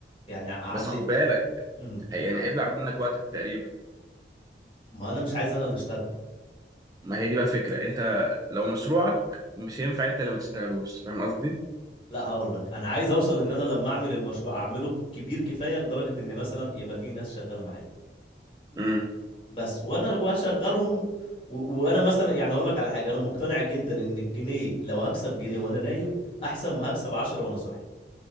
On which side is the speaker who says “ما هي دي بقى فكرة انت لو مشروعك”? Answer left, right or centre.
Right